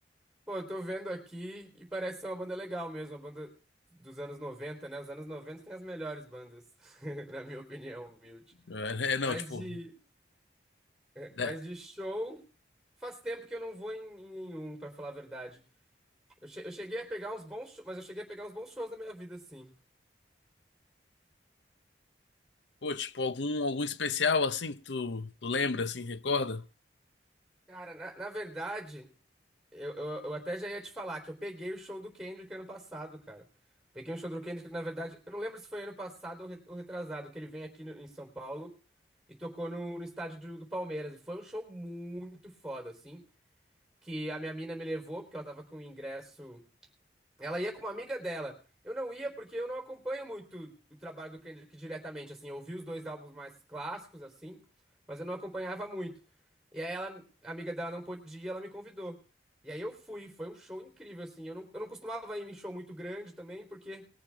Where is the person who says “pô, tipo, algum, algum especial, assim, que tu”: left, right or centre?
Left